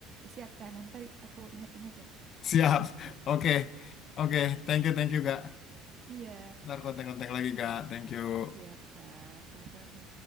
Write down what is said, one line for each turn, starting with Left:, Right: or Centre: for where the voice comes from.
Right: siap kak, nanti aku ingat-ingat ya.
Left: <laughs> Siap. Oke. Oke. Thank you, thank you, Gak.
Right: Iya,
Left: Ntar kontak-kontak lagi, Gak. Thank you.
Right: siap Kak, sama-sama.